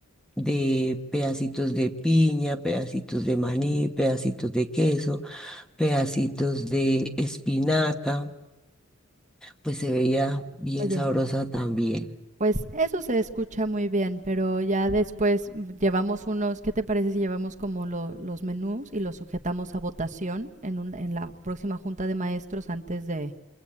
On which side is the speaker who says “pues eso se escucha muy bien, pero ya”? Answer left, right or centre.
Right